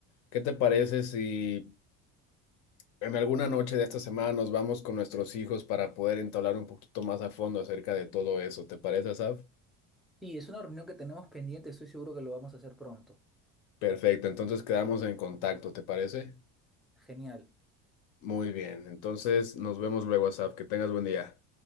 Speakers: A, on the left; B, in the centre.
A: ¿Qué te parece si en alguna noche de esta semana nos vamos con nuestros hijos para poder entablar un poquito más a fondo acerca de todo eso? ¿Te parece, Asaf?
B: Sí, es una reunión que tenemos pendiente, estoy seguro que lo vamos a hacer pronto.
A: Perfecto, entonces quedamos en contacto, ¿te parece?
B: Genial.
A: Muy bien, entonces nos vemos luego, Asaf. Que tengas buen día.